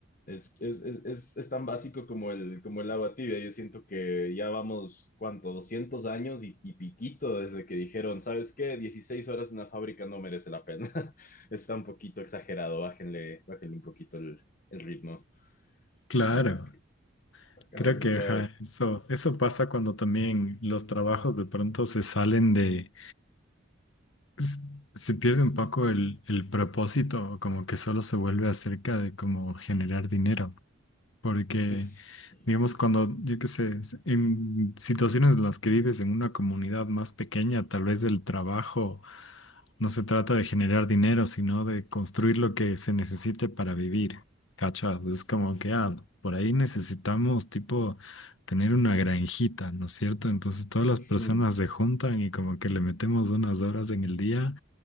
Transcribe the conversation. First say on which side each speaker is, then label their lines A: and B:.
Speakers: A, on the left (about 40°); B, on the left (about 70°).
A: es, es, es, es, es tan básico como el, como el agua tibia. Yo siento que ya vamos, ¿cuánto? doscientos años y, y piquito desde que dijeron, ¿sabes qué? dieciséis horas en la fábrica no merece la pena. <laughs> Está un poquito exagerado, bájenle, bájenle un poquito el, el ritmo,
B: Claro,
A: ¿no? Porque, ajá,
B: creo
A: o
B: que
A: sea,
B: ajá, eso, eso pasa cuando también los trabajos de pronto se salen de, s- se pierde un poco el, el propósito, como que solo se vuelve acerca de cómo generar dinero. Porque,
A: sí.
B: digamos, cuando, yo qué sé, s- en situaciones en las que vives en una comunidad más pequeña, tal vez el trabajo no se trata de generar dinero, sino de construir lo que se necesite para vivir. ¿Cachas? Es como que, ah, por ahí necesitamos, tipo, tener una granjita, ¿no es cierto? Entonces todas las personas
A: Mm,
B: se juntan y como que le metemos unas horas en el día